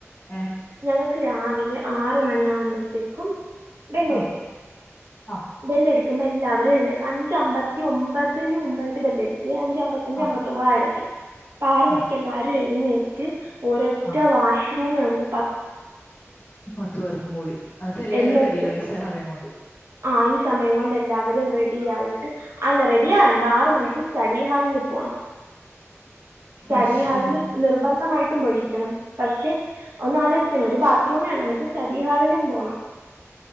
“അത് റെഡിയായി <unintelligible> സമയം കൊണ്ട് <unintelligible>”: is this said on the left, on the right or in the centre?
Left